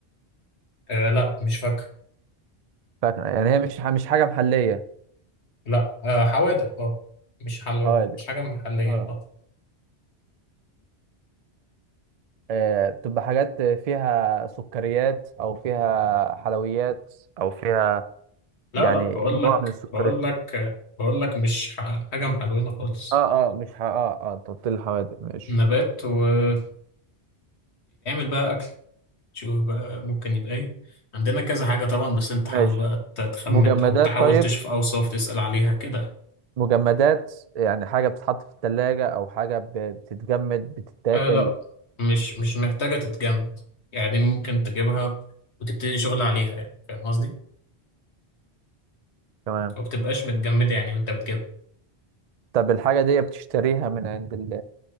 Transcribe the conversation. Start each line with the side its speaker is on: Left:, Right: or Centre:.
Left: آه لا مش فاكهة
Right: فاكهة يعني هي مش مش حاجة محلية
Left: لا آه حوادق اه مش حل
Right: حوالي
Left: مش حاجة محلية
Right: اه
Left: اه
Right: آه، بتبقى حاجات فيها سكريات او فيها حلويات او فيها
Left: لا
Right: يعني
Left: لا بقول لك
Right: نوع من السكريات
Left: بقول لك بقول لك مش ح- حاجة محلوينة خالص
Right: اه اه مش ح... اه اه انت قلت لي الحوادق ماشي
Left: نبات ويتعمل بقى أكل. شوف بقى ممكن يبقى ايه عندنا كذا حاجة طبعا بس انت حاول
Right: ماشي
Left: بقى ت- تخمن
Right: مجمدات
Left: او تحاول
Right: طيب
Left: تشوف اوصاف تسأل عليها كده
Right: مجمدات يعني حاجة بتتحط في التلاجة او حاجة ب... بتتجمد بتتاكل
Left: آه لا مش مش محتاجة تتجمد يعني ممكن تجيبها وتبتدي شغل عليها يعني فاهم قصدي؟
Right: تمام
Left: ما بتبقاش متجمدة يعني وانت بتجيبها
Right: طب الحاجة دي بتشتريها من عند ال